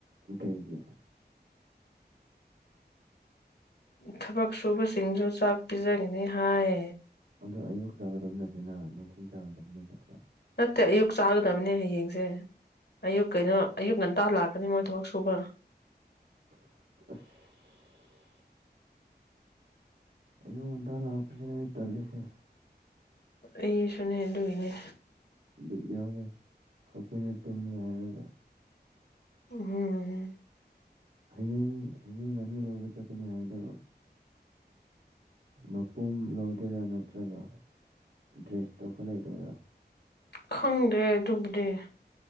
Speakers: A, on the right (about 80°); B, on the left (about 70°).
A: ꯀꯩꯒꯤ
B: ꯊꯕꯛ ꯁꯨꯕ ꯁꯤꯡꯁꯨ ꯆꯥꯛ ꯄꯤꯖꯒꯅꯤ ꯍꯥꯏ
A: ꯑꯗꯣ ꯑꯌꯨꯛ ꯆꯥꯒꯗꯕ <unintelligible>
B: ꯅꯠꯇꯦ ꯑꯌꯨꯛ ꯆꯥꯒꯗꯕꯅꯦ ꯍꯌꯦꯡꯁꯦ ꯑꯌꯨꯛ ꯀꯩꯅꯣ ꯑꯌꯨꯛ ꯉꯟꯇꯥ ꯂꯥꯛꯀꯅꯤ ꯃꯣꯏ ꯊꯕꯛ ꯁꯨꯕ
A: ꯑꯁ ꯑꯌꯨꯛ ꯉꯟꯇꯥ ꯂꯥꯛꯄꯁꯤꯅ ꯇꯜꯂꯤꯁꯦ
B: ꯑꯩ ꯁꯨꯅꯦ ꯑꯗꯨꯒꯤꯅꯦ
A: ꯕꯤꯠ ꯌꯥꯎꯗꯦ ꯑꯩꯈꯣꯏꯅ ꯇꯨꯝꯒꯦ ꯍꯥꯏꯔꯒ
B: ꯎꯝꯍꯨ
A: ꯍꯌꯦꯡ ꯍꯌꯦꯡ ꯉꯥꯅꯨ ꯂꯧꯕ ꯆꯠꯀꯅꯤ ꯍꯥꯏꯗꯣ ꯃꯄꯨꯝ ꯂꯧꯗꯣꯏꯔꯥ ꯅꯠꯇ꯭ꯔꯒ ꯗ꯭ꯔꯦꯁ ꯇꯧꯕ ꯂꯩꯗꯣꯏꯔꯥ
B: ꯈꯪꯗꯦ ꯑꯗꯨꯕꯨꯗꯤ